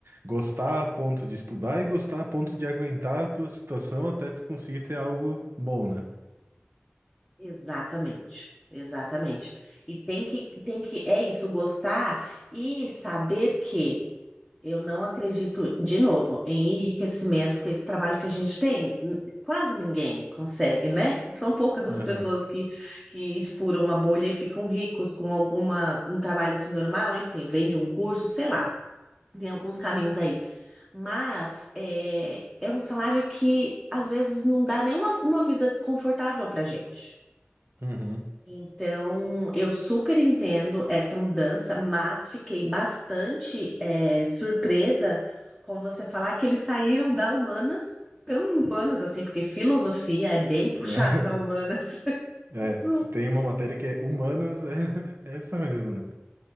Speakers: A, on the right; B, in the centre.
A: gostar a ponto de estudar e gostar a ponto de aguentar a tua situação até tu conseguir ter algo bom, né?
B: Exatamente, exatamente. E tem que, tem que, é isso, gostar e saber que eu não acredito, de novo, em enriquecimento com esse trabalho que a gente tem. N- Quase ninguém consegue, né? São poucas as
A: Aham.
B: pessoas que, que furam a bolha e ficam ricos com alguma, um trabalho assim normal, enfim, vende um curso, sei lá. Tem alguns caminhos aí. Mas é, é um salário que às vezes não dá nenhuma uma vida confortável pra gente.
A: Uhum.
B: Então, eu super entendo essa mudança, mas fiquei bastante eh, surpresa com você falar que eles saíram da humanas, tão humanas assim, porque filosofia é bem puxado
A: <laughs>
B: na humanas. <laughs>
A: É,
B: Pro-
A: se tem uma matéria que é humanas, é, <laughs> é essa mesmo, né?